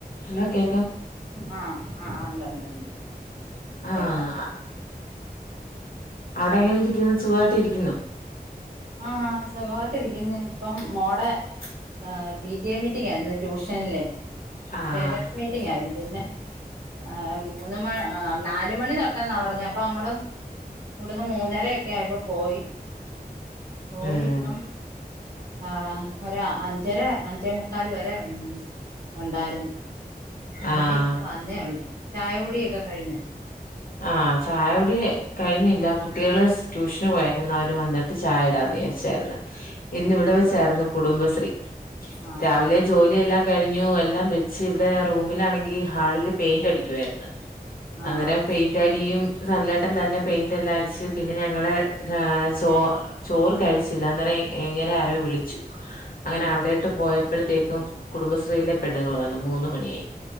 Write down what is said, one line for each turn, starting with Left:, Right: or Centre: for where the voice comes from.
Left: Hello കേ
Right: ആഹ് ആഹ് ഉണ്ടണ്ട്ണ്ട് കേക്കാ
Left: ആഹ് അവിടെ എങ്ങനെ ഇരിക്കുന്നു സുഖമായിട്ട് ഇരിക്കുന്നോ
Right: ആഹ് സുഖമായിട്ടിരിക്കുന്നു ഇപ്പം മോടെ ആ ഹ പി ടി എ മീറ്റിംഗ് ആയിരുന്നു ട്യൂഷന്ല്
Left: ആഹ്
Right: പേരൻറ്സ് മീറ്റിംഗ് ആയിരുന്നു പിന്നെ ആഹ മൂന്ന് മ നാല് മണി തൊട്ടെന്നാ പറഞ്ഞത് അപ്പൊ നമ്മള് ഇവിടുന്ന് മൂന്നര ഒക്കെ ആയപൊ പോയി പോയി
Left: ഉം
Right: ഇപ്പം ആഹ ഒര അഞ്ചര അഞ്ചേ മുക്കാല് വരെ നിന്ന് ഉണ്ടായിരുന്നു ന്നിട്ട്
Left: ആഹ്
Right: ഇങ്ങോട്ട് വന്നേ ഉള്ളു ചായകുടിയൊക്കെ കഴിഞ്ഞ
Left: ആഹ് ചായഉടി കഴിഞ്ഞില്ല കുട്ടികള് ട്യൂഷന് പോയേക്കുന്ന് അവര് വന്നിട്ട് ചായടാന്ന് വിചാരിച്ചായിരുന്നു ഇന്ന്
Right: ആഹ്
Left: ഇവിടെ വെച്ചായിരുന്നു
Right: ആഹ്
Left: കുടുംബശ്രീ
Right: ആഹ്
Left: രാവിലെ
Right: ആഹ്
Left: ജോലിയെല്ലാം കഴിഞ്ഞു എല്ലാം ഇവിടെ റൂമിലാണെങ്കി ഹാളില് പെയിന്റ് അടിക്കുവാരുന്നു
Right: ആഹ്
Left: അന്നേരം യിന്റടിയും നല്ലാട്ടം തന്നെ പെയിന്റ് എല്ലാം അടിച്ച് പിന്നെ ഞങ്ങളെ ചോ ചോറ് കഴിച്ചില്ല അന്നേരം ഇങ്ങേരെ ആരോ വിളിച്ചു അങ്ങനെ
Right: ഉം
Left: അവിടെയിട്ട്
Right: ഉം
Left: പോയപ്പോഴത്തേക്കും കുടുംബശ്രീയിലെ പെണ്ണുൾ വന്നു മൂന്ന മണിയായി